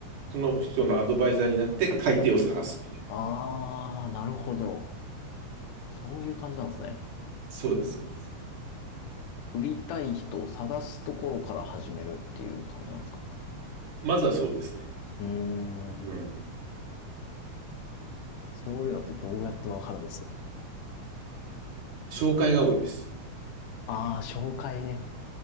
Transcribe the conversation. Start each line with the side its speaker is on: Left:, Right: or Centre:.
Right: その人のアドバイザーになって買い手を探すみたいな。
Left: ああ、なるほど。そういう感じなんですね。
Right: そうです、そうです。
Left: 売りたい人を探すところから始めるっていう感じなんですか
Right: まずはそうですね。
Left: うー
Right: うん。
Left: ん、そういうのってどうやってわかるんですか
Right: 紹介が多いです。
Left: ああー、紹介ね。